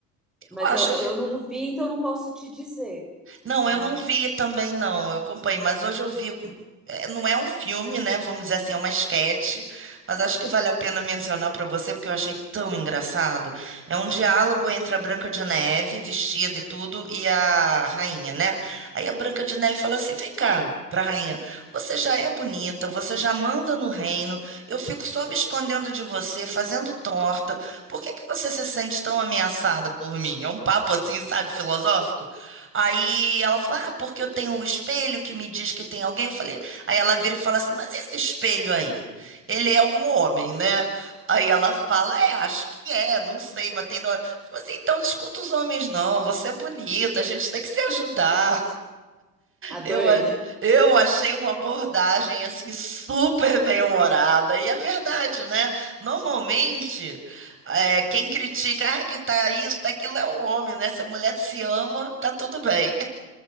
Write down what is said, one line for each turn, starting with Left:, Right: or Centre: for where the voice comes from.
Centre: Mas
Right: Eu acho,
Centre: eu, eu não vi, então não posso te dizer,
Right: Não,
Centre: né?
Right: eu não vi também, não. Eu acompanhei, mas hoje eu vi. é, Não é um filme, né? Vamos dizer assim, é uma esquete, mas acho que vale a pena mencionar para você, porque eu achei tão engraçado. É um diálogo entre a Branca de Neve, vestida e tudo, e a rainha, né? Aí a Branca de Neve fala assim: vem cá, para a rainha, você já é bonita, você já manda no reino, eu fico só me escondendo de você, fazendo torta, por que que você se sente tão ameaçada por mim? É um papo assim, sabe, filosófico? Aí ela fala, ah, porque eu tenho um espelho que me diz que tem alguém. Eu falei, aí ela vira e fala assim, mas esse espelho aí, ele é um homem, né? Aí ela fala, é, acho que é, não sei, mas tem. dó." Eu falei assim, então não escuta os homens, não. Você é bonita, a gente tem que se ajudar.
Centre: Adorei.
Right: Eu, a- eu achei uma abordagem assim super bem-humorada. E é verdade, né? Normalmente, é, quem critica, ah, que tá isso, tá aquilo é o homem, né? Se a mulher se ama, tá tudo bem.